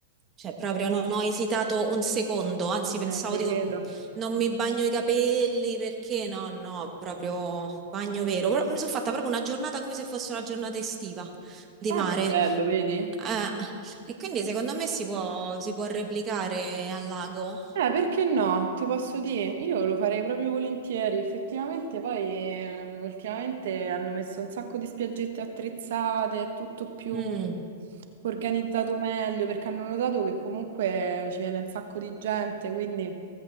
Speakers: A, on the right; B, on the right.
A: cioè proprio non ho esitato un secondo, anzi pensavo
B: Eh, te
A: dico,
B: credo.
A: "Oh, non mi bagno i capelli perché no, no, proprio bagno vero. Però mi sono fatta proprio una giornata come se fosse una giornata estiva di
B: Ah,
A: mare.
B: che bello, vedi?
A: Eh, e quindi secondo me si può, si può replicare al lago.
B: Eh, perché no? Ti posso dire, io lo farei proprio volentieri. Effettivamente poi ehm, ultimamente hanno messo un sacco di spiaggette attrezzate, è tutto più
A: Mm.
B: organizzato meglio, perché hanno notato che comunque ci viene un sacco di gente, quindi